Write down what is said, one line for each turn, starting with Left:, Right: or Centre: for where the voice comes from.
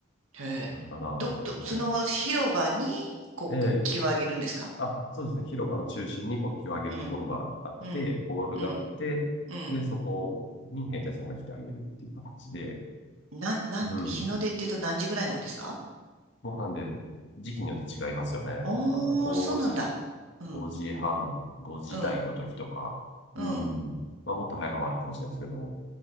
Right: へえ。
Left: だから、
Right: ど、ど、
Left: なん
Right: その広場に、こう、
Left: ええひ
Right: 国旗をあげるんですか
Left: あ、そうですね。広場の中心に国旗を上げるところがあって、
Right: うん、うん、
Left: ポールがあって、
Right: うん、うん。
Left: で、そこに兵隊さんが来てあげるっていう形で、
Right: なん、なん、
Left: うん。
Right: 日の出って言うと何時ぐらいなんですか
Left: もうなんで、時期によって違いますよね。
Right: おー、
Left: だから、5時、
Right: そうなんだ。うん、
Left: 5時半、5時台の時とか、
Right: うん、うん。
Left: うん。まあ、もっと早いのもあるかもしれないですけど、